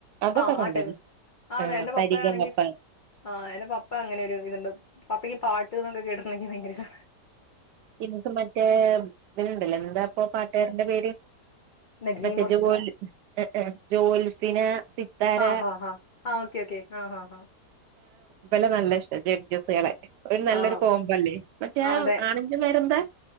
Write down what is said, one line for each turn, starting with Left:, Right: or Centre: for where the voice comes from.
Right: അതൊക്കെ
Left: ആഹ
Right: കണ്ടേനി
Left: ആ ടൈമ് ആതെ
Right: ആ
Left: എന്റെ
Right: പരിഗമപ്പ
Left: പപ്പ ആണെങ്കി ആ എന്റെ പപ്പ അങ്ങനൊരു ഇത്ണ്ട് പപ്പയ്ക്ക് പാട്ട്ന്നൊക്കെ കേട്ട നി ഭയങ്കര സ
Right: ഇനിക്ക് മറ്റേ ഇത്ണ്ടല്ലോ എന്താപ്പൊ പാട്ടാരന്റെ പേര്
Left: നജീം
Right: മറ്റേ
Left: വർഷ
Right: ജോല് ജോൽസിന സിത്താര
Left: ആഹ് ആഹ് ഹഹ് ആഹ് ഓക്കെ ഓക്കെ ആഹ് ആഹ് ആഹ
Right: വെല നല്ല ഇഷ്ടം ജെഡ് ജെ സേളെ ഒരു നല്ലൊരു
Left: ആ
Right: കോംമ്പല്ലേ മറ്റേ
Left: ആ, അതെ
Right: ആന എരുന്ത്